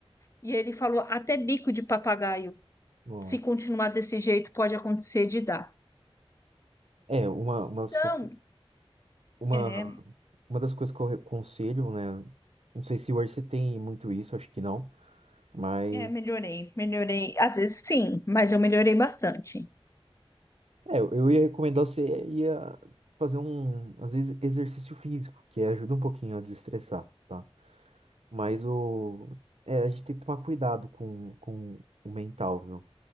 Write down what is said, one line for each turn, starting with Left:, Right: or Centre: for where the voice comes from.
Left: E ele falou até bico de papagaio.
Right: Nossa.
Left: se continuar desse jeito, pode acontecer de dar.
Right: É, uma, umas
Left: Então,
Right: coisas- uma,
Left: É,
Right: uma das coisas que eu aconselho, né? Não sei se hoje você tem muito isso, acho que não, mas
Left: é, melhorei, melhorei. Às vezes sim, mas eu melhorei bastante.
Right: É, eu eu ia recomendar você ia fazer um, às vezes, exercício físico, que ajuda um pouquinho a desestressar, tá? Mas o, é, a gente tem que tomar cuidado com, com o mental, viu?